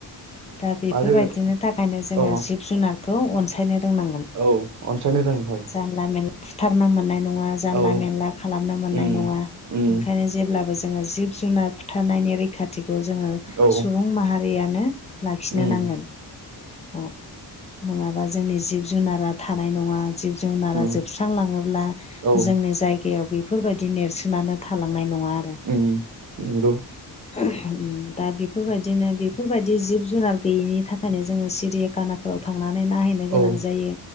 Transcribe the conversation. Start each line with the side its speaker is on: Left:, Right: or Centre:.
Left: दा बेफोरबायदिनि
Right: आरो
Left: थाखायनो जोङो
Right: अ
Left: जिब जुनारखौ अनसायनो रोंनांगोन
Right: औ अनसायनो रों हय
Left: जानला मेनला फुथारनो मोननाय नङा जानला
Right: औ
Left: मेनला खालामनो मोननाय
Right: उम
Left: नङा
Right: उम
Left: ओंखायनो जेब्लाबो जोङो जिब जुनार बुथारनायनि रैख रैखाथिखौ जोङो
Right: औ
Left: सुबुं माहारियानो लाखिनो
Right: उम
Left: नांगोन औ नोङाबा जोंनि जिब जुनारा थानाय नङा। जिब जुनारा
Right: उम
Left: जोबस्रांलाङोब्ला
Right: औ
Left: जोंनि जायगायाव बे बेफोरबायदि नेरसोनानो थालांनाय नङा आरो।
Right: ओम नंगौ।
Left: <inaudible> दा बेफोरबायदिनो बेफोरबायदि जिब जुनार गैयिनि थाखायनो जोङो सिरिया खाना फोराव थांनानै नायहैनो गोनां
Right: औ
Left: जायो